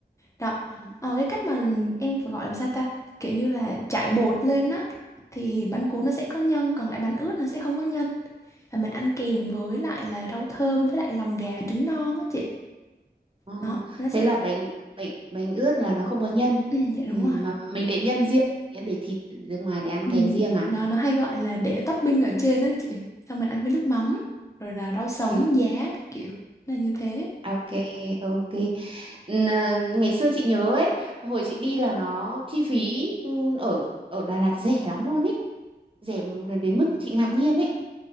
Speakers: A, on the left; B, on the right.
A: Đó,
B: Ừ.
A: ờ, cái cách mà em phải gọi làm sao ta? Kiểu như là trải bột lên á thì bánh
B: ừ.
A: cuốn nó sẽ có nhân, còn lại bánh ướt nó sẽ không có nhân. và mình ăn kèm với lại là rau thơm với lại lòng gà trứng non á chị
B: Ờ,
A: nó nó sẽ
B: thế là
A: <clears throat>
B: bánh bánh bánh ướt là nó không có nhân
A: ừ, dạ đúng
B: ừ,
A: rồi
B: mà mình để nhân riêng để thịt ra ngoài để ăn
A: ừ.
B: kèm riêng à
A: nó nó hay gọi là để topping ở trên đó chị xong mình ăn với nước mắm rồi là rau sống
B: <laughs>
A: giá các kiểu Nó là như thế
B: Ok, ok. Nà- Ngày xưa chị nhớ ấy, hồi chị đi là nó chi phí ừ, ở ở Đà Lạt rẻ lắm luôn ấy, rẻ đến mức chị ngạc nhiên ấy.